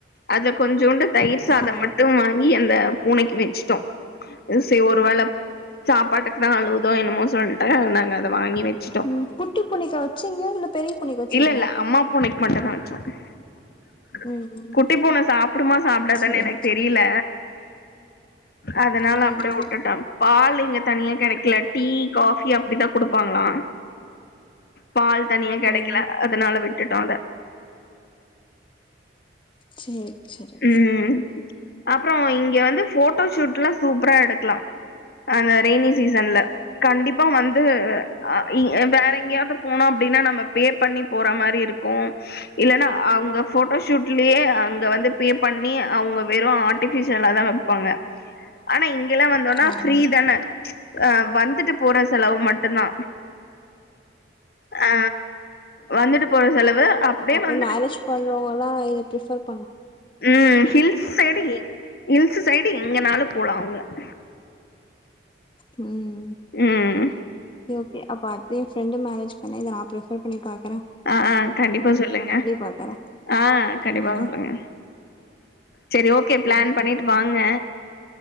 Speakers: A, on the left; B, on the left.
A: அதுல கொஞ்சோண்டு தயிர் சாதம்
B: ஆ
A: மட்டு வாங்கி அந்த பூனைக்கி வச்சிட்டோ சே ஒரு வேள சாப்பாட்டுக்கு தா அழுவுதோ என்னமோ சொல்லிட்டு நாங்க அத வாங்கி வச்சிட்டோ
B: ம் குட்டி பூனைக்கா வச்சீங்க இல்ல பெரிய பூனைக்கு வச்சீங்களா
A: இல்லல்ல அம்மா பூனைக்கி மட்டு தா வச்சோ <inaudible>
B: ம் ம்
A: குட்டிப்பூன சாப்டுமா சாப்டாதான்னு
B: சேரி
A: எனக்கு
B: சேரி
A: தெரியல அதனால
B: ம்
A: அப்டியே
B: ம்
A: வுட்டுட்டே பால் இங்க தனியா கெடைக்கல டீ காபி அப்டிதா குடுப்பாங்களா பால் தனியா கெடைக்கல
B: ம்
A: அதனால விட்டுட்டோ அத
B: சேரி சேரி
A: ம் அப்பறோ இங்க வந்து போட்டோ ஷூட்ல்லா சூப்பரா எடுக்கலா அந்த ரெய்னி சீசன்ல கண்டிப்பா வந்து ஆ இ வேற எங்கேயாவது போனோ அப்டின்னா நம்ம பே பண்ணி போற மாரி இருக்கு இல்லன்னா அவுங்க போட்டோ ஷூட்லயே அங்க வந்து பே பண்ணி அவுங்க வெறு ஆர்ட்டிபிஷியலா தா வப்பாங்க ஆனா இங் கெல்லா வந்தோனா
B: ஆ
A: ஃப்ரீ தான ஆ வந்துட்டு போற செலவு மட்டுந்தா ஆ வந்துட்டு போற செலவு அப்டியே
B: அப்ப
A: வந்துட்டு
B: மேரேஜ் பண்றவங்கல்லா இத பிரிஃபெர்
A: ம் ஹில்ஸ் சைடு எங் ஹில்ஸ் சைடு எங்கனாலு போலா அவுங்க <inaudible>
B: ம்
A: ம்
B: இ அ பாத்து ஃப்ரெண்டு மேரேஜ் பண்ண இத நா பிரிஃபர் பண்ணிருப்பே
A: அ அ கண்டிப்பா சொல்லுங்க
B: பாக்குறே
A: ஆ கண்டிப்பா
B: ம்
A: சொல்லுங்க சரி ஓகே பிளான் பண்ணிட்டு வாங்க